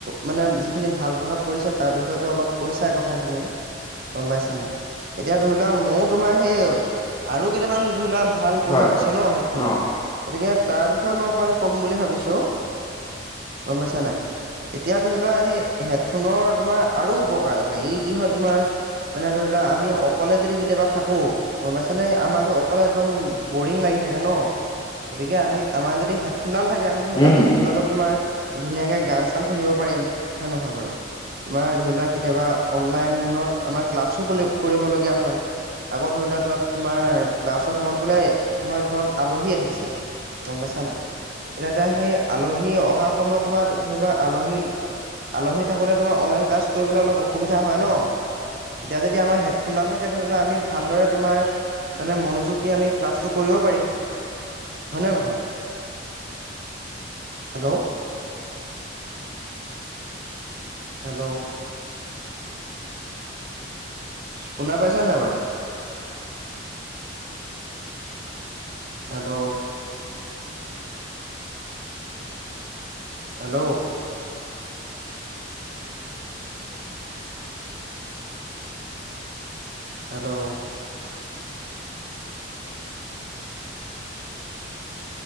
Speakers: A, on the right; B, on the left.
A: মানে যিখিনি ভাল প্ৰভাৱ পৰিছে তাৰ বিষয়টো অলপ কৈছাই কথাখিনি। গম পাইছে নে নাই এতিয়া ধৰি লোৱা মইও তোমাৰ সেই আৰু কেইটামান ধৰি লোৱা ভাল প্ৰভাৱ
B: হয়
A: আছে ন হেডফোনৰ
B: অ
A: গতিকে তাৰ বিষয়ে মই অকণমান ক'ম বুলি ভাবিছোঁ। গম পাইছানে? এতিয়া ধৰি লোৱা সেই হেড ফোনৰ তোমাৰ আৰু উপকাৰ আছে, ই কি হয় তোমাৰ মানে ধৰি লোৱা আমি অকলে যদি কেতিয়াবা থাকো গম পাইছ নে? আমাৰটো অকলে একদম বৰিং লাগি থাকে ন? গতিকে আমি আমাৰ যদি হেডফোনডাল থাকে আমি ধৰি
B: উম
A: লোৱা হেডফোনত তোমাৰ ধুনীয়াকে গান - চান শুনিব পাৰিম হয় নে নহয় বাৰু? তোমাৰ ধৰি লোৱা কেতিয়াবা অনলাইনত আমাৰ ক্লাছো কলি কৰিবলগীয়া হয়। আগত ধৰি লোৱা তত তোমাৰ ক্লাছৰ সময়ত বোলে তোমাৰ ঘৰত আলহী আহিছে গম পাইছা নাই? এতিয়া এতিয়া সেই আলহী অহা সময়ত তোমাৰ ধৰি লোৱা আলহী আলহী থাকোতে তোমাৰ অনলাইন ক্লাছ কৰিবলৈ অলপ অসুবিধা হয় ন? তেতিয়া যদি আমাৰ হেডফোনডাল থাকে ধৰি লোৱা আমি ভালদৰে তোমাৰ মানে মনোযোগ দি আমি ক্লাছটো কৰিব পাৰিম, হয় নে নহয়? হেল্ল'? হেল্ল'? শুনা পাইছা নাই বাৰু? হেল্ল'? হেল্ল'? হেল্ল'?